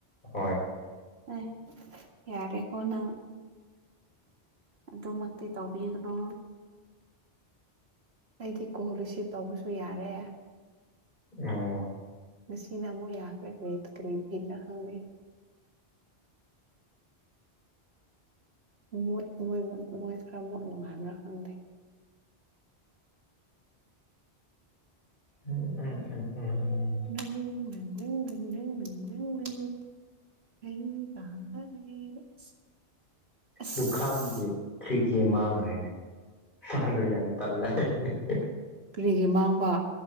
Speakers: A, on the left (about 50°); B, on the right (about 70°).
A: ꯍꯣꯏ
B: ꯑꯩ ꯌꯥꯔꯦꯀꯣ ꯅꯪ ꯑꯗꯨ ꯃꯛꯇꯤ ꯇꯧꯕꯤꯒꯅꯨ ꯑꯩꯗꯤ ꯀꯣꯜ ꯔꯤꯁꯤꯞ ꯇꯧꯕꯁꯨ ꯌꯥꯔꯦ
A: ꯑꯣ
B: ꯉꯥꯁꯤꯅꯥ ꯑꯃꯨꯛ ꯌꯥꯈꯔꯦ ꯀꯔꯤ ꯇ ꯀꯔꯤ ꯀꯔꯤ ꯔ ꯈꯪꯗꯦ ꯃꯨꯠ ꯃꯣꯏ ꯃꯨꯠ ꯃꯣꯏ ꯈꯔ ꯃꯨꯠ ꯅꯨꯡꯉꯥꯏꯕ꯭ꯔꯥ ꯈꯪꯗꯦ
A: ꯎꯝ ꯎ ꯎ <unintelligible>
B: <unintelligible> <unintelligible> ꯑꯁ
A: ꯗꯨꯈꯥꯝꯒꯤ ꯀ꯭ꯔꯤ ꯀꯤ ꯃꯥꯡꯈ꯭ꯔꯦꯅꯦ ꯐꯥꯜꯗ ꯌꯥꯝ ꯇꯜꯂꯦ‌ꯍꯦ ꯍꯦ ꯍꯤ
B: ꯀꯔꯤꯒꯤ ꯃꯥꯡꯕ